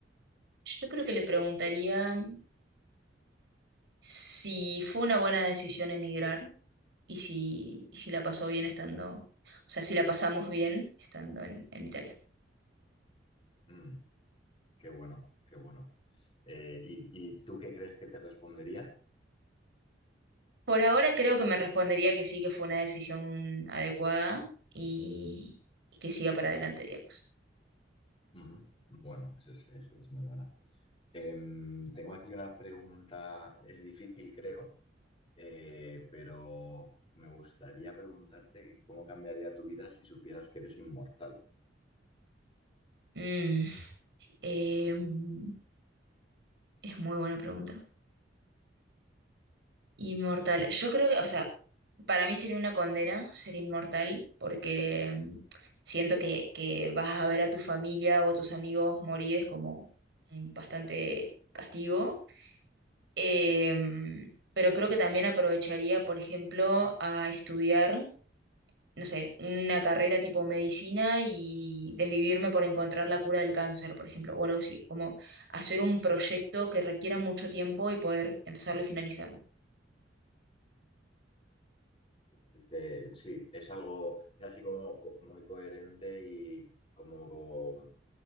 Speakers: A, on the right; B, on the left.
A: Yo creo que le preguntaría si fue una buena decisión emigrar y si, y si la pasó bien estando, o sea, si la pasamos bien estando en, en Italia.
B: Mm, qué bueno, qué bueno. Eh, ¿y, y tú qué crees que te respondería?
A: Por ahora creo que me respondería que sí, que fue una decisión adecuada y, y que siga para adelante, digamos.
B: Ujú, Bueno, eso es, es- es muy buena. Em, tengo aquí una pregunta, es difícil creo, eh, pero me gustaría preguntarte cómo cambiaría tu vida si supieras que eres inmortal.
A: Mm, em, es muy buena pregunta. Inmortal. Yo creo que, o sea, para mí sería una condena ser inmortal porque mm, siento que, que vas a ver a tu familia o a tus amigos morir es como un bastante castigo. Em, pero creo que también aprovecharía, por ejemplo, a estudiar, no sé, una carrera tipo medicina y desvivirme por encontrar la cura del cáncer, por ejemplo, o algo así, como hacer un proyecto que requiera mucho tiempo y poder empezarlo y finalizarlo.
B: Este, sí, es algo, es así como co- muy coherente y como